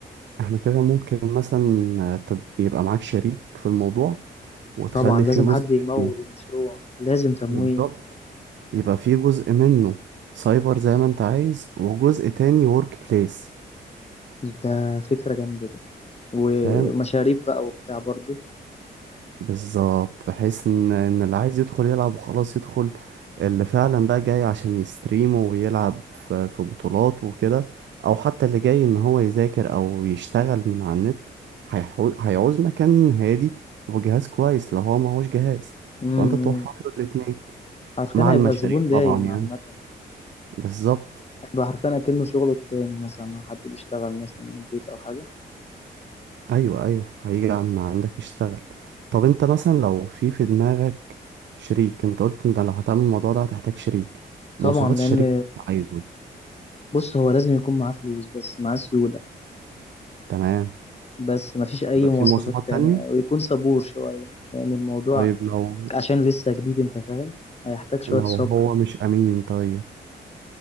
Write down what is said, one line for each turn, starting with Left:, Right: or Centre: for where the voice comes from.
Right: احنا كده ممكن مثلا تد- يبقى معاك شريك في الموضوع وتخلي
Left: طبعا لازم
Right: فيه جزء
Left: حد يمول
Right: منه
Left: المشروع لازم تمويل
Right: بالظبط يبقى في جزء منه سايبر زي ما انت عايز وجزء تاني ورك بليس
Left: ده فكرة جامدة دي ومشاريب
Right: فاهم
Left: بقى وبتاع برضو
Right: بالظبط بحيث ان ان اللي عايز يدخل يلعب وخلاص يدخل اللي فعلا بقى جاي عشان يستريم ويلعب في في بطولات وكده او حتى اللي جاي ان هو يذاكر او يشتغل من على النت هيحو- هيعوز مكان هادي وجهاز كويس لو هو معهوش جهاز
Left: امم
Right: فانت توفر له الاتنين
Left: حرفيا
Right: مع
Left: هيبقى
Right: المشاريع
Left: الزبون دايم
Right: طبعا يعني
Left: عامة
Right: بالظبط
Left: هيبقى حرفيا أكنه شغله التاني مثلا لو حد بيشتغل مثلا من البيت أو حاجة
Right: ايوه ايوه هيجي عن- من عندك يشتغل طب انت مثلا لو في في دماغك شريك انت قلت انت لو هتعمل الموضوع ده هتحتاج شريك
Left: طبعا
Right: مواصفات
Left: لأن
Right: الشريك اللي انت عايزه
Left: بص هو لازم يكون معاه فلوس بس معاه سيولة
Right: تمام
Left: بس مفيش أي
Right: يبقى
Left: مواصفات
Right: في مواصفات
Left: تانية
Right: تانية
Left: ويكون صبور شوية يعني الموضوع
Right: طيب لو
Left: عشان لسه جديد انت فاهم هيحتاج شوية
Right: لو
Left: صبر
Right: هو مش امين طيب